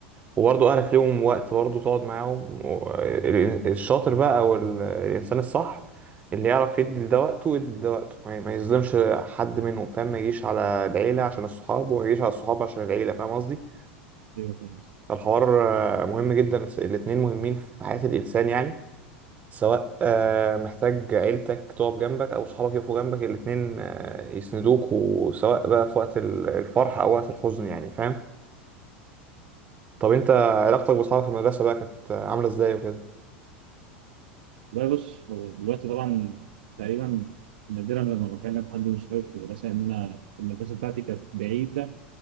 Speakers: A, on the right; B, on the right.
A: وبرضه اهلك ليهم وقت برضه تقعد معاهم و- ال- الشاطر بقى او ال- الانسان الصح اللي يعرف يدي لده وقته ويدي لده وقته ما ما يظلمش حد منهم فاهم ما يجيش على العيلة عشان الصحاب وما يجيش على الصحاب عشان العيلة فاهم قصدي
B: أيوه فاهم
A: فالحوار آه، مهم جدا الس- الاتنين مهمين في حياة الإنسان يعني سواء آه، محتاج عيلتك تقف جنبك أو صحابك يقفوا جنبك الاتنين آه، يسندوك وسواء بقى في وقت ال- الفرح أو وقت الحزن يعني فاهم طب أنت علاقتك بأصحابك في المدرسة بقى كانت آه، عاملة إزاي وكده؟
B: والله بص هو دلوقتي طبعا تقريبا نادرا لما بكلم حد من صحابي في المدرسة إن أنا المدرسة بتاعتي كانت بعيدة